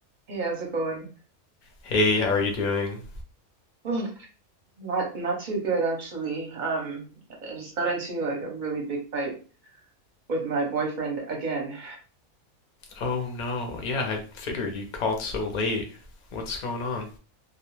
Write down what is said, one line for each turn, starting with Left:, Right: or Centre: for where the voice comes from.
Right: Hey, how's it going?
Left: Hey, how are you doing?
Right: Oh, not not too good actually. Um, I just got into like a really big fight with my boyfriend again.
Left: Oh no, yeah, I figured you called so late. What's going on?